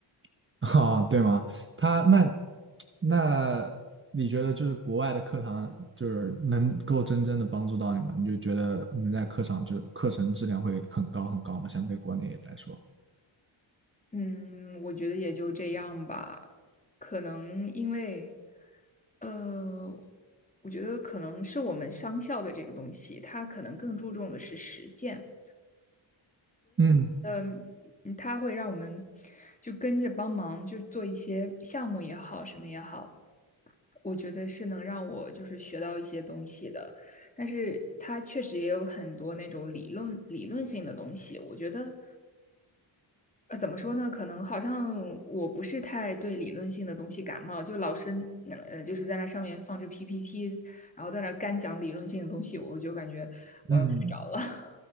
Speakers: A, on the right; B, on the left.
A: <laughs> 啊，对吗？他那那你觉得就是国外的课堂就是能够真正的帮助到你吗？你就觉得能在课上就是课程质量会很高很高吗？相对国内来说，
B: 嗯，我觉得也就这样吧。可能因为，呃，我觉得可能是我们商校的这个东西，它可能更注重的是实践。
A: 嗯
B: 呃嗯，它会让我们就跟着帮忙，就做一些项目也好，什么也好。我觉得是能让我就是学到一些东西的，但是它确实也有很多那种理论理论性的东西。我觉得呃怎么说呢？可能好像我不是太对理论性的东西感冒，就老师嗯呃就是在那上面放着 PPT，然后在那干讲理论性的东西，我就感觉我要睡着了。
A: 嗯，